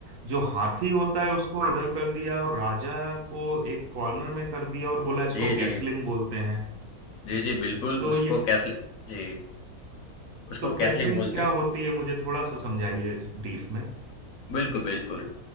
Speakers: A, on the right (about 65°); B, on the left (about 70°).
A: जो हाथी होता है उसको इधर कर दिया और राजा को एक कॉर्नर में कर दिया और बोला इसको
B: जी,
A: कैसलिंग
B: जी।
A: बोलते हैं
B: जी, जी, बिल्कुल
A: तो
B: उसको
A: ये
B: कैसलि जी, उसको
A: तो
B: कैसलिंग
A: कैसलिंग
B: बोलते
A: क्या
B: हैं।
A: होती है मुझे थोड़ा सा समझाइए ब्रीफ में
B: बिल्कुल, बिल्कुल।